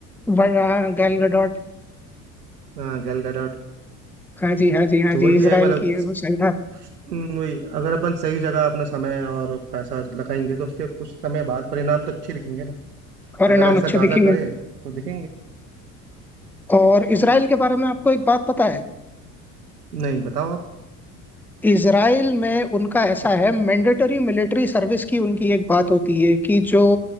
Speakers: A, in the centre; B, on the right.
A: वह- गैल गडोट
B: हाँ गैल गैडोट
A: हाँ जी हाँ जी हाँ
B: तो
A: जी
B: वही
A: इसराइल
B: है मतलब
A: की है
B: स-
A: वो सही है
B: हम्म, वही अगर अपन सही जगह अपना समय और पैसा लगाएंगे तो उसके कुछ समय बाद परिणाम तो अच्छे दिखेंगे ना
A: और
B: अगर
A: नाम
B: ऐसा
A: अच्छे दिखेंगे
B: गाजा करे तो दिखेंगे
A: और इसराइल के बारे में आपको एक बात पता है
B: नहीं बताओ आप
A: इसराइल में उनका ऐसा है मैंडेटरी मिलिट्री सर्विस की उनकी एक बात होती है कि जो